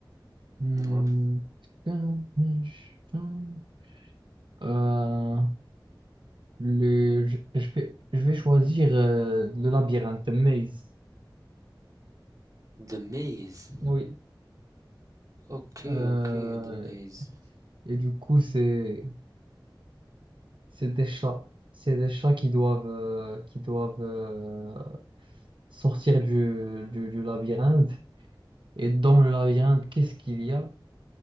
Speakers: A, on the right; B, on the right.
A: hmm,
B: Ouais.
A: tun, tun, tun. Euh, le, je, je vais, je vais choisir euh, le labyrinthe Maze.
B: The Maze.
A: Oui.
B: Ok,
A: Euh,
B: ok, The Maze.
A: et du coup, c'est c'est des chats. C'est des chats qui doivent, euh, qui doivent euh, sortir du, du, du labyrinthe. Et dans le labyrinthe, qu'est-ce qu'il y a?